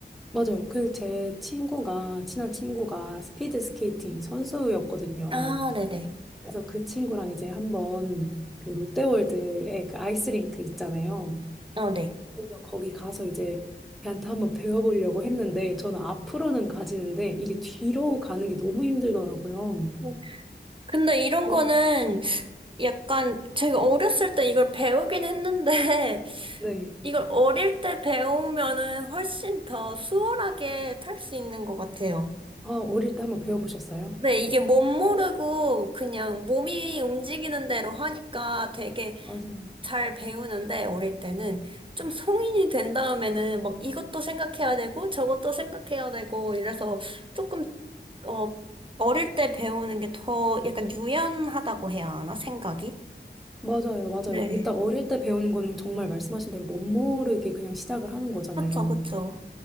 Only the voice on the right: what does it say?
아, 네네.
어, 네.
음, 근데 이런
거는 약간 제가 어렸을 때 이걸 배우긴 했는데
<laughs> 이걸 어릴 때 배우면은 훨씬 더 수월하게 탈 수 있는 것 같아요.
네, 이게 멋 모르고 그냥 몸이 움직이는 대로 하니까 되게
잘 배우는데 어릴 때는 좀 성인이 된 다음에는 막 이것도 생각해야 되고 저것도 생각해야 되고 이래서 조금 어 어릴 때 배우는 게 더 약간 유연하다고 해야 하나 생각이?
네.
그쵸, 그쵸.